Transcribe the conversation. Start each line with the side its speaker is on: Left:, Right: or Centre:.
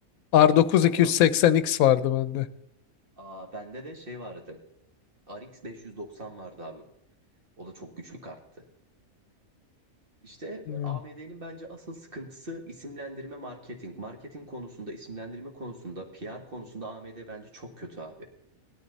Left: R9
Right: Ben
Left: 280X
Right: de almıştım.
Left: vardı bende.
Right: Aa, bende de şey vardı. RX 590 vardı abi. O da çok güçlü karttı. İşte
Left: Hmm.
Right: AMD'nin bence asıl sıkıntısı isimlendirme marketing. Marketing konusunda, isimlendirme konusunda, PR konusunda AMD bence çok kötü abi.